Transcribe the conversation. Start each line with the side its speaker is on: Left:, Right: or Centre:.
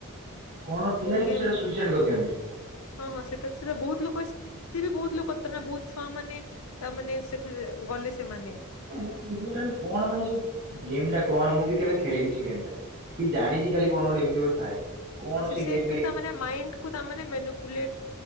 Right: କଣ ଗୋଟେ ଥିଲା
Left: କୋଉ
Right: କିନ୍ତୁ
Left: ଗେମ୍
Right: ସେଟା ସୁଇସାଇଡ୍ କରିଦିଅନ୍ତି।
Left: ହଁ ହଁ ସେଟା ସେଟା ବହୁତ ଲୋକ ସେ ବି ବହୁତ ଲୋକ ନା ବହୁତ ଛୁଆ ମାନେ ତାମାନେ ସେଠାରେ ଗଲେ ସେମାନେ।
Right: ମୁଁ ବୁଝିପାରେନି କଣ ପାଇଁ ସେ ଗେମ୍ ଟା କଣ ମୁଁ ବି କେବେ ଖେଳନି ସେ ଗେମ ଟା। କି ଜାଣିଚି ଖାଲି କଣ ଗୋଟେ ଏମିତି ଗୋଟେ ଥାଏ। କଣ
Left: ସିଏ
Right: ସେ ଗେମ୍
Left: ଅକ୍ଚୁଆଲି ତାମାନେ ମାଇଣ୍ଡକୁ ତା ମାନେ ମେନୁପୁଲେଟ